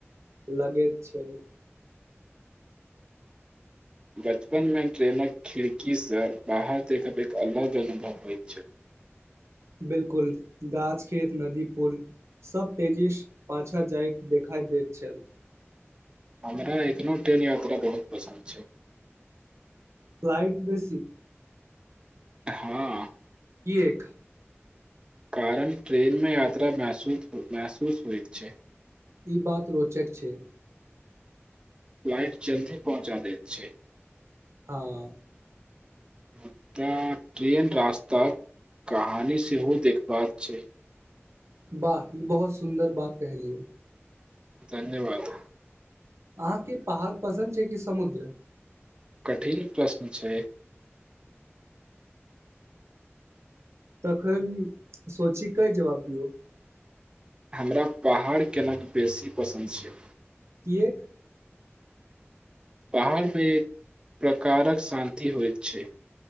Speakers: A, on the right (about 80°); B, on the right (about 20°).
A: लगैत छल
B: बचपन मे ट्रेनक खिड़की सँ बाहर देखब एक अलग अनुभव होइत छल
A: बिलकुल गाछ खेत नदी पुल सब तेजीस पाछा जाइत देखा दैत छल
B: हमरा एखनो ट्रेन यात्रा बहुत पसन्द छै
A: फ्लाइट बेसी
B: हँ
A: एक
B: कारण ट्रेन मे यात्रा मसू महसूस होइत छै
A: ई बात रोचक छै
B: फ्लाइट जल्दी पहुँचा देत छैे
A: हँ
B: मुदा ट्रेन रास्ताक कहानी सेहो देखबाक छै
A: वाह ई बहुत सुंन्दर बात कह लियौ
B: धन्यवाद
A: अहाँके पहाड़ पसन्द छै कि समुद्र
B: कठिन प्रश्न छै
A: तखन सोची क जवाब दियौ
B: हमरा पहाड़ केनक बेसी पसन्द छै
A: कियक
B: पहाड़मे एक प्रकारक शान्ति होइत छै